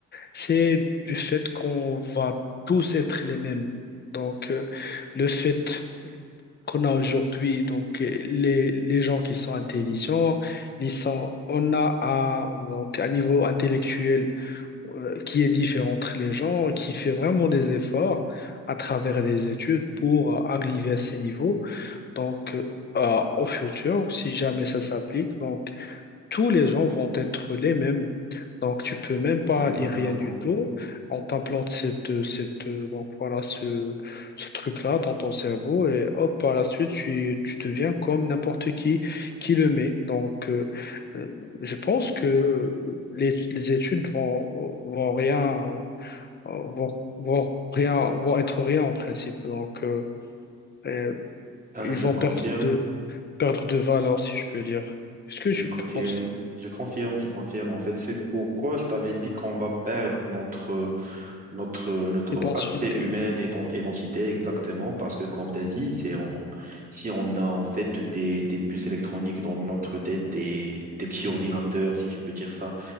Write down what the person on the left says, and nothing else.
c'est du fait qu'on va tous être les mêmes donc euh, le fait qu'on a aujourd'hui donc les les gens qui sont intelligents ils sont on a un, donc un niveau intellectuel euh, qui est différent entre les gens, qui fait vraiment des efforts à travers des études pour euh, arriver à ces niveaux. Donc, euh, au futur, si jamais ça s'applique, donc tous les gens vont être les mêmes. Donc, tu peux même pas
lire rien du tout. On t'implante cette, cette, donc voilà, ce, ce truc-là dans ton cerveau et hop, par la suite, tu, tu deviens comme n'importe qui qui le met. Donc, euh, euh, je pense que euh, les, les études vont, vont rien, euh, vont, vont rien, vont être rien en principe. Donc, euh, euh,
ils
vont
perdre de, perdre de valeur, si je peux dire. Est-ce que
je
pense?
Identité.